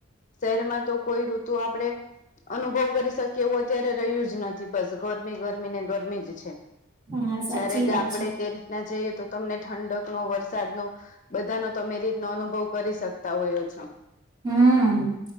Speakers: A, on the left; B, on the right.
A: શહેરમાં તો કોઈ ઋતુ આપણેે અનુભવ કરી શકીએ એવું અત્યારે રહ્યું જ નથી બસ ગરમી ગરમીને ગરમી જ છે,
B: હા સાચી
A: જ્યારે ગામડે
B: વાત છે.
A: કઈ રીતના જઈએ તો તમને ઠંડક નો વરસાદ નો બધા નો તમે એ રીતનો અનુભવ કરી શકતા હોયો છો.
B: હમ્મ